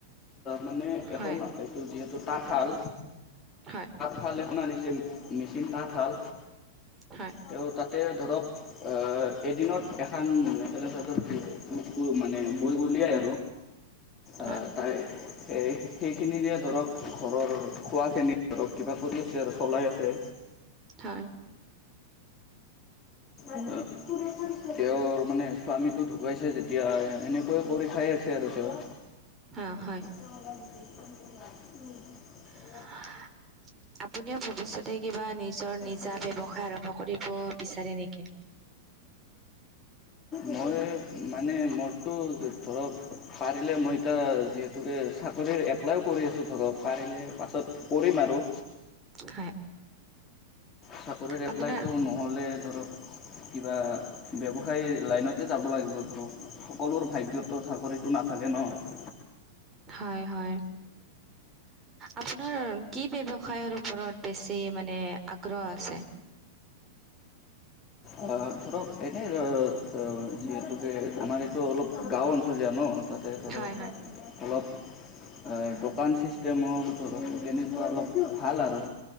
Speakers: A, on the left (about 25°); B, on the right (about 25°).
A: মানে এখন
B: হয়
A: এইটো যিহেতু তাঁতশাল
B: হয়
A: ভাল এখন আনিছিল মেচিন তাঁতশাল
B: হয়
A: তেওঁ তাত তে ধৰক অ এদিনতে এখন মেখেলা চাদৰ বয় মানে বই উলিয়াই আৰু
B: হয়
A: আ তাই সেই সেইখিনিৰে ধৰক ঘৰৰ খোৱাখিনি ধৰক কিবা কৰি আছে আৰু চলাই আছে
B: হয়
A: অ তেওঁৰ মানে স্বামীতো ঢুকাইছে যেতিয়া এনেকৈ কৰি খাই আছে আৰু তেওঁ
B: অ হয়
A: <unintelligible>
B: হা আপুনিও ভৱিষ্যতে কিবা নিজৰ নিজা
A: তেওঁ
B: ব্যৱসায় আৰম্ভ কৰিব বিচাৰে নেকি
A: মই মানে মোৰতো ধৰক পাৰিলে মই এতিয়া যিহেতুকে চাকৰিৰ এপ প্লাইও কৰি আছো ধৰক পাৰিলে পাছত কৰিম আৰু
B: হয়
A: চাকৰিৰ এপ্লাইটো
B: আপোনাৰ
A: নহ'লে ধৰক কিবা ব্যৱসায় লাইনতে যাব লাগিব ধৰক সকলোৰ ভাগ্যততো চাকৰি টো নাথাকে ন
B: হয় হয় আপোনাৰ কি ব্যৱসায়ৰ ওপৰত বেছি মানে আগ্ৰহ আছে
A: অ ধৰক এনেই অ যিহেতুকে আমাৰ এইটো অলপ গাঁও অঞ্চলীয়া ন তাতে ধৰক
B: হয় হয়
A: অলপ দোকান চিষ্টেমৰ ধৰক তেনেকোৱা অলপ ভাল আৰু